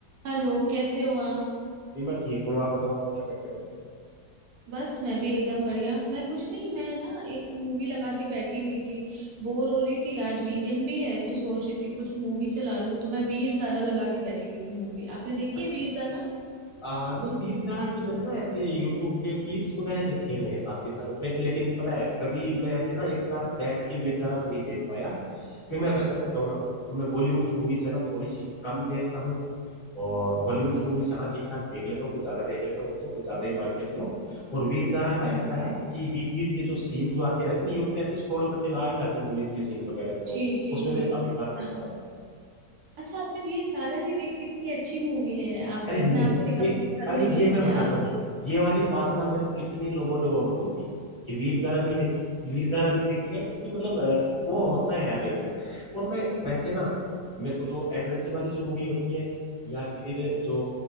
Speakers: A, on the right; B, on the left.
A: Hello कैसे हो आप
B: जी मैं ठीक हूँ आप बताओ आप क्या कर रहे हो
A: बस मैं भी एकदम बढ़िया मैं कुछ नहीं मैं ना एक मूवी लगा के बैठी हुई थी बोर हो रही थी आज वीकेंड भी है तो सोच रही थी कुछ मूवी चला लूं तो मैं वीर ज़ारा लगा के बैठी हुई थी मूवी आपने देखी
B: अच्छा
A: है वीर ज़ारा
B: आ, नहीं वीर जारा के मैंने ना ऐसे यूट्यूब पे क्लिप्स वगैरह देखे हुए हैं काफी सारे मैं, लेकिन पता है कभी मैं ऐसे ना एक साथ बैठ के वीर जारा तो नहीं देख पाया क्योंकि मैं अगर सच बताऊँ ना तो मैं बॉलीवुड की मूवीज है ना थोड़ी सी कम देखता हूँ और हॉलीवुड
A: अच्छा,
B: की मूवीज हाँ ठीक ठाक देख लेता हूँ कुछ ज्यादा देख लेता हूँ वो तो कुछ ज्यादा ही मान के चलो और वीर जारा का
A: हम्म,
B: ऐसा है कि बीच बीच के जो सीन जो आते रहते हैं ना यूट्यूब पे ऐसे स्क्रॉल करते हुए आ ही जाते हैं मूवीज के सीन वगैरह तो
A: जी जी
B: उसमें मैंने
A: जी
B: काफी बार
A: हाँ
B: देखा हुआ है
A: अच्छा आपने वीर ज़ारा नहीं देखी इतनी अच्छी मूवी है आप
B: अरे
A: बट
B: नहीं
A: मैं आपको रिकमेंड
B: ये
A: करूंगी
B: अरे ये
A: कि
B: मैं बताता
A: आप देखें
B: हूँ ये वाली बात ना मेरे को कितने लोगों ने और बोल दी कि वीर जारा नहीं देखी वीर जारा नहीं देखी यार फिर भी मतलब अ, वो होता है यार एक और मैं वैसे ना मेरे को जो एडवेंचर वाली जो मूवी होती है या फिर जो